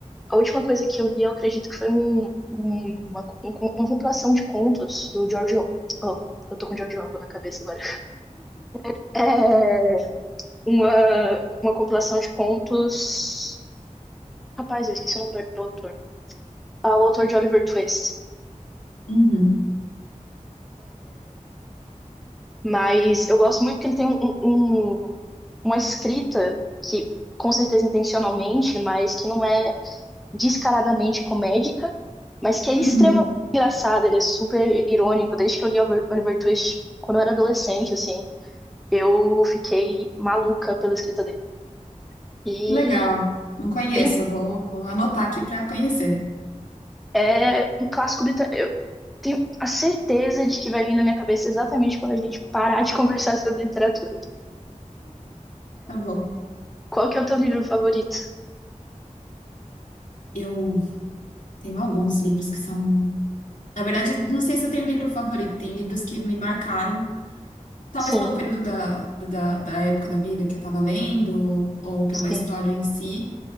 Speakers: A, in the centre; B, on the left.
A: A última coisa que eu li, eu acredito que foi um, um- uma, um- um, uma compilação de contos do George Orwell. Oh, eu tô com George Orwell na cabeça agora. <laughs> É uma, uma compilação de contos. Rapaz, eu esqueci o nome do, do autor. Ah, o autor de Oliver Twist.
B: Uhum,
A: Mas eu gosto muito que ele tem um, um- um, uma escrita que, com certeza intencionalmente, mas que não é descaradamente comédica, mas que é extremamente
B: uhum.
A: engraçado, ele é super irônico. Desde que eu li Oliver, Oliver Twist quando eu era adolescente, assim, eu fiquei maluca pela escrita dele. E
B: Legal. Não conheço,
A: tem,
B: eu vou, vou anotar aqui para conhecer.
A: é um clássico britânico. Eu tenho a certeza de que vai vir na minha cabeça exatamente quando a gente parar de <laughs> conversar sobre literatura.
B: Tá bom.
A: Qual que é o teu livro favorito?
B: Eu tenho alguns livros que são. Na verdade, não sei se eu tenho livro favorito. Tem livros que me marcaram, talvez
A: Sim,
B: pelo período da, da, da época da vida que eu estava lendo, ou pela
A: sim.
B: história em si.